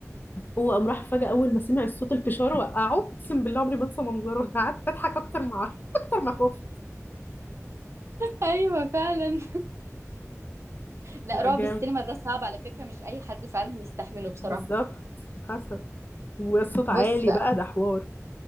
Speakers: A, on the left (about 35°); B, on the right (about 55°).
A: هو قام راح فجأة أول ما سمع صوت الفشار وقعه أقسم بالله عمري ما أنسى منظره أنا قعدت أضحك أكتر ما أعرف <laughs> أكتر ما أخاف
B: ايوه فعلا لا
A: لا
B: رعب
A: جامد
B: السينما ده صعب على فكره مش اي حد فعلا يستحمله بصراحه
A: بالظبط حصل والصوت
B: بص
A: عالي
B: بقى
A: بقى ده حوار